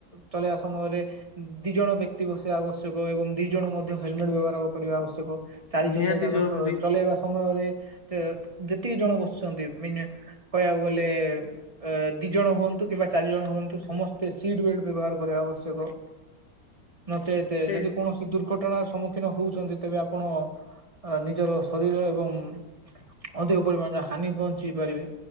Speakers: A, on the right (about 20°); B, on the left (about 60°).
A: ଚଳେଇବା ସମୟରେ ଦି ଜଣ ବ୍ୟକ୍ତି ବସିବା ଆବଶ୍ୟକ ଏବଂ ଦି ଜଣ ମଧ୍ୟ୍ୟ ହେଲମେଟ୍ ବ୍ୟବହାର କରିବା ଆବଶ୍ୟକ। ଚାରି
B: ନିହାତି
A: ଚକିଆ ଯାନ
B: ଜରୁରୀ
A: ଚ ଚଲେଇବା ସମୟରେ ଯେ ଯେତିକି ଜଣ ବସୁଛନ୍ତି ମି କହିବାକୁ ଗଲେ ଏ ଦି ଜଣ ହୁଅନ୍ତୁ କିମ୍ବା ଚାରି ଜଣ ହୁଅନ୍ତୁ ସମସ୍ତେ ସିଟ୍ ବେଲ୍ଟ ବ୍ୟବହାର କରିବା ଆବଶ୍ୟକ। ନଚେତ୍
B: ସେ
A: ଯଦି କୌଣସି ଦୁର୍ଘଟଣାର ସମ୍ମୁଖୀନ୍ ହଉଛନ୍ତି, ତେବେ ଆପଣ ନିଜର ଶରୀର ଏବଂ
B: ହଁ
A: ଅଧିକ ପରିମାଣରେ ହାନି ପହଞ୍ଚି ପାରିବେ।